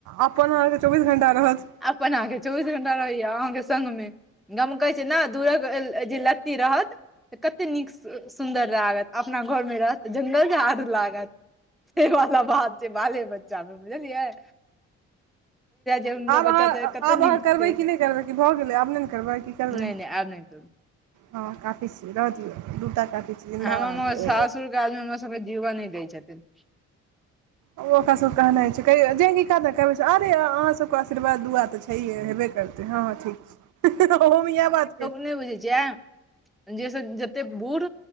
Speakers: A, on the right; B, in the centre.
A: अपन अहाँके चौबीस घण्टा रहत
B: अपन अहाँके चोबीस घंटा रहिए अहाँके संग नै गमकै छै ने दूर अ जे लत्ती रहत तऽ कते नीक सुन्दर लागत अपना घरमे रहत नेजाद लागतसेबला बात आबे बच्चा मे बुझलियै छै हुनकर
A: आब अहाँ
B: बच्चा तऽ कते
A: आब
B: नीक
A: अहाँ करबै
B: छै
A: कि नै करबै कि भऽ गेलै आब नै ने करबै की करबै
B: नहि नहि आब नहि करू
A: हँ काफी छी रह दियौ दूटा काफी छी जिन्दाबाद
B: हमर म सासुरके आदमी हम सबके जीव नै दै छथिन
A: ओ ओका सब के कहनाय छै जे कि कहबै छै अबै या अहाँसब के आशीर्वाद दुआ तऽ छैहे हेबे करतै हँ हँ ठीक छै ओहोमे इएह बात क
B: नै बुझै छियाय जेस जते बूढ़